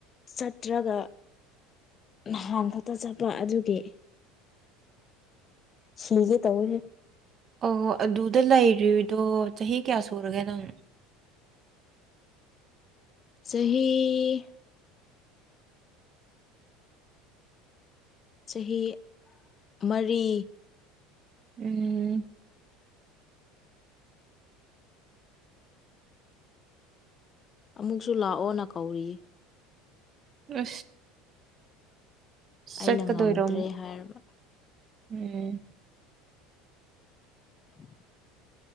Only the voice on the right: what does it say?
ꯑꯣ ꯑꯗꯨꯗ ꯂꯩꯗꯣ ꯆꯍꯤ ꯀꯌꯥ ꯁꯨꯔꯒꯦ ꯅꯪ
ꯎꯝ
ꯎ
ꯆꯀꯗ
ꯑꯣꯏꯔꯃ
ꯎꯝ